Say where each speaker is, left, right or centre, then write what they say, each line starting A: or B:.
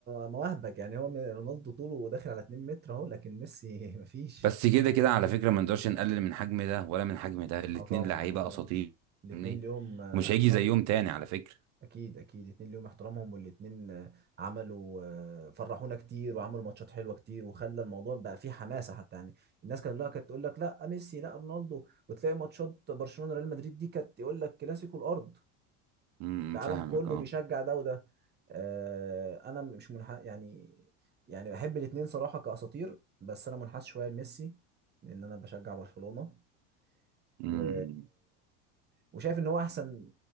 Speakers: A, on the right; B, on the right.
A: مواهبك يعني هو م- رونالدو طوله داخل على 2 متر اهو لكن ميسي <laughs> مفيش
B: بس كده كده على فكرة ما نقدرش نقلل من حجم ده ولا من حجم ده الاتنين
A: اه طبعا
B: لعيبة
A: اه طبعا
B: أساطير
A: الاتنين
B: فاهمني؟
A: ليهم آه،
B: ومش
A: احترامهم
B: هيجي زيهم تاني على فكرة
A: اكيد اكيد اتنين ليهم احترامهم والاتنين آه، عملوا آه، فرحونا كتير وعملوا ماتشات حلوه كتير وخلى الموضوع بقى فيه حماسه حتى يعني الناس كانت لا كانت تقول لك لا ميسي لا رونالدو وتلاقي ماتشات برشلونه ريال مدريد دي كانت يقول لك كلاسيكو الارض
B: امم
A: العالم
B: فاهمك
A: كله
B: اه
A: بيشجع ده وده آه، انا مش منح يعني يعني بحب الاتنين صراحه كاساطير بس انا منحاز شويه لميسي لان انا بشجع برشلونه
B: امم
A: و وشايف ان هو احسن